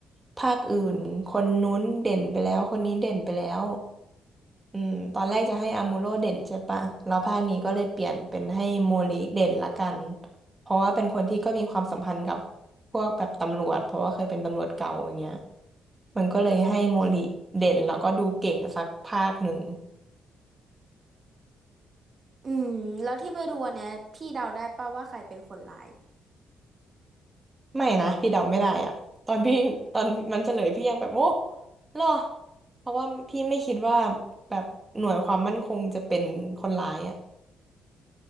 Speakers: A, on the right (about 20°); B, on the right (about 40°).
A: ภาคอื่นคนนู้นเด่นไปแล้วคนนี้เด่นไปแล้ว อืมตอนแรกจะให้อามูโร่เด่นใช่ปะแล้วภาคนี้ก็เลยเปลี่ยนเป็นให้โมริเด่นละกันเพราะว่าเป็นคนที่ก็มีความสัมพันธ์กับพวกแบบตำรวจเพราะว่าเคยเป็นตำรวจเก่าอย่างเงี้ยมันก็เลยให้โมริเด่นแล้วก็ดูเก่งสักภาคหนึ่ง
B: อืมแล้วที่ไปดูอันเนี้ยพี่เดาได้ป่ะว่าใครเป็นคนร้าย
A: ไม่นะพี่เดาไม่ได้อะตอนพี่ตอนมันเฉลยพี่ยังแบบโอ้เหรอเพราะว่าพี่ไม่คิดว่าแบบหน่วยความมั่นคงจะเป็นคนร้ายอะ